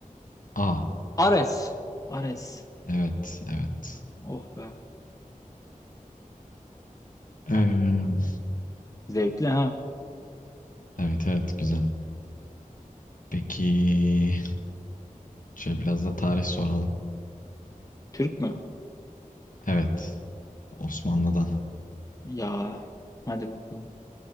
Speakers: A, on the left; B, on the left.
A: A.
B: Ares. Ares.
A: Evet, evet.
B: Oh be.
A: Eee,
B: Zevkli ha.
A: evet, evet, güzel. Peki, şöyle biraz da tarih soralım.
B: Türk mü?
A: Evet, Osmanlı'dan.
B: Ya. Hadi bakalım.